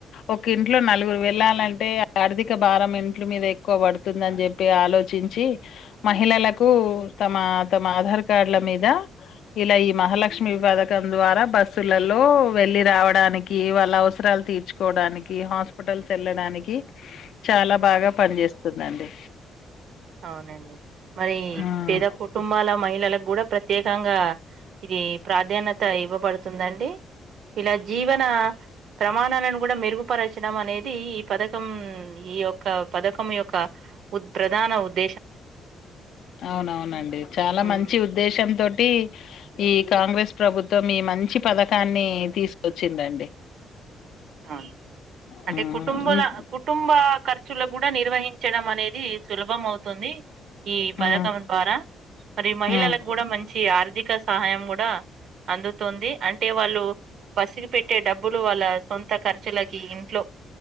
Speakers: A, on the left (about 70°); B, on the right (about 65°).
A: ఒక ఇంట్లో నలుగురు వెళ్ళాలంటే ఆర్థిక భారం ఇంట్ల మీద ఎక్కువ పడుతుందని చెప్పి ఆలోచించి మహిళలకు తమ తమ ఆధార్ కార్డ్ల మీద ఇలా మహాలక్ష్మి పథకం ద్వారా బస్సులలో వెళ్ళి రావడానికి వాళ్ళ అవసరాలు తీర్చుకోవడానికి హాస్పిటల్స్ వెళ్ళడానికి చాలా బాగా పనిచేస్తుందండి
B: అవునండి మరీ
A: ఉమ్
B: పేద కుటుంబాల మహిళలకు గూడ ప్రత్యేకంగా ఇది ప్రాధాన్యత ఇవ్వబడుతుందండి. ఇలా జీవన ప్రమాణాలను కూడా మెరుగుపరచడం అనేది ఈ పథకం ఈ యొక్క పథకం యొక్క ఉత్ ప్రధాన ఉత్
A: అవునవునండి చాలా
B: ఉమ్
A: మంచి ఉద్దేశం తోటి ఈ కాంగ్రెస్ ప్రభుత్వం ఈ మంచి పథకాన్ని తీసుకొచ్చిందండి.
B: అవును
A: హ్మ్
B: అంటే కుటుంబల
A: హ్మ్
B: కుటుంబకర్ <unintelligible> నిర్వహించడం అనేది సులభం అవుతుంది ఈ
A: హ్మ్
B: పథకం ద్వారా మరి మహిళలకు
A: హ్మ్
B: గూడ మంచి ఆర్థిక సహాయం గూడా అందుతుంది అంటే వాళ్ళు బస్సుకి పెట్టే డబ్బులు వాళ్ళ కొత్త ఖర్చులకి ఇంట్లో